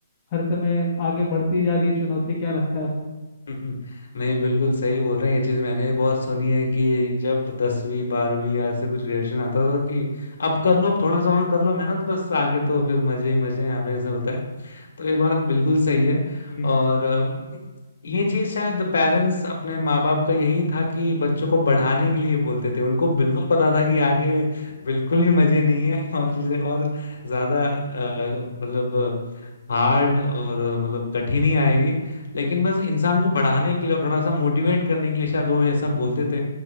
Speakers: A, on the left; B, on the left.
A: हर समय आगे बढ़ती जा रही है चुनौती क्या लगता है आपको
B: <laughs> हम्म, नहीं बिल्कुल सही बोल रहे हैं ये चीज मैंने भी बहुत सुनी है कि जब दसवीं बारहवीं या ऐसे कुछ ग्रेजुएशन आता था कि अब कर लो अब थोड़ा सा और कर लो मेहनत बस आगे तो फिर मजे ही मजे हैं आपने ऐसे बताया तो ये बात बिल्कुल सही है
A: जी
B: और अ, ये चीज शायद पेरेंट्स अपने माँ बाप का यही था कि बच्चों को बढ़ाने के लिए बोलते थे उनको बिल्कुल पता था कि आगे बिल्कुल ही मजे नहीं है <laughs> और चीजें और ज्यादा अ, मतलब हार्ड और अ, मतलब कठिन ही आएगी लेकिन बस इंसान को बढ़ाने के लिए और थोड़ा सा मोटिवेट करने के लिए शायद वो जैसा बोलते थे